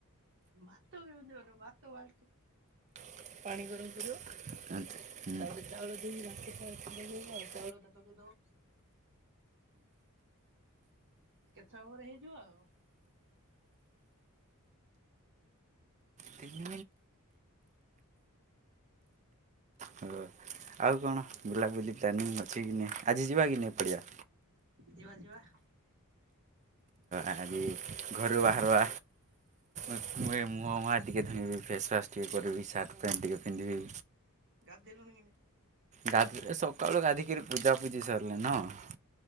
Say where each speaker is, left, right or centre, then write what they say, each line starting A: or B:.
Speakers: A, on the right; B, on the right.
A: ଭାତ କେମିତି ବନେଇବ ଭାତ ବାଲ୍ଟି
B: ପାଣି ଗରମ କରିବ ତାପରେ ଚାଉଳ
A: ତାପରେ
B: ଦେଇ କି <unintelligible> ଆଉ।
A: ଚାଉଳଟା <inaudible> କେତେ ସମୟ ପରେ ହେଇଯିବ ଆଉ
B: ତିନି ହ ଆଉ କଣ ବୁଲାବୁଲି ପ୍ଲାନିଙ୍ଗ ଅଛି କି ନାହିଁ ଆଜି ଯିବା କି ନାଇ ପଡ଼ିଆ?
A: ଯିବା ଯିବା।
B: ଆଜି ଘରୁ ବାହାରୁଆ ମୁ
A: ହୁଁ
B: ମୁହଁ ମୁହାଁ ଟିକେ ଧୋଇଁବି। ଫେସୱାସ୍ ଟିକେ କରିବି। ସାର୍ଟ ପ୍ୟାଣ୍ଟ ଟିକେ ପିନ୍ଧିବି।
A: ଗାଧେଇଲୁଣି କି ନାଇଁ?
B: ଗାଧେ ସକାଳୁ ଗାଧିକିରି ପୂଜାପୂଜି ସାରିଲେ ନ।